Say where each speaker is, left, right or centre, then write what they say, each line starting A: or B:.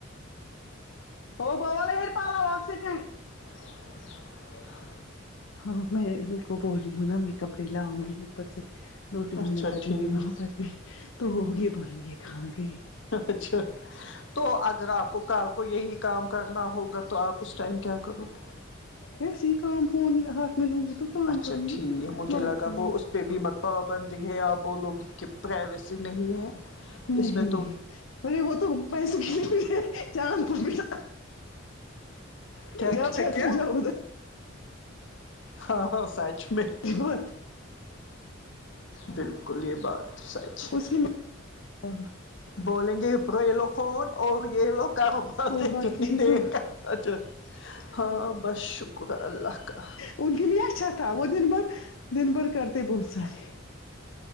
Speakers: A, on the left; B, on the left.
A: ہو بوال ہییر پہالواگ سے خل <unintelligible>
B: <inaudible>
A: ہاں میں ان کو بول رہی ہوں نا میں کپڑے لا آؤں گی اوپر سے دو تین
B: اچھا
A: منٹ لگیں
B: ٹھیک
A: گے وہاں پر بھی تو ہوگے بولیں گے کہاں گئی
B: اچھا تو اگر آپ کو کل کو یہی کام کرنا ہوگا تو آپ اس ٹائم کیا کرو گے
A: ایسے ہی کام فون ہاتھ میںلوں گی تو کام
B: اچھا
A: کروں
B: ٹھیک
A: گی
B: مجھے
A: بات
B: لگا
A: کروں
B: وہ
A: گی
B: اس پہ بھی مت پابندی ہے اور بولوگی کہ پرائیویسی نہیں ہے
A: نہیں
B: اس میں
A: نہیں
B: تو
A: ارے وہ تو پیسوں کنے مٹے چاند پر مٹے
B: کیا
A: جا
B: کیا
A: چت
B: کیا
A: پے جاؤ ادھر
B: ہاں ہاں سچ میں
A: کیوں مت
B: بالکل یہ بات سچ ہے
A: اسی میں ہ
B: بولیں گے برو یہ لو فون اور یہ لو کرو باتیں
A: اور باقی
B: کتنی
A: ٹھیک
B: دیر
A: ہو
B: تک اچھا ہاں اب بس شکر اللہ کا
A: ان کے لیے اچھا تھا وہ دن بھر دن بھر کرتے بہت سارے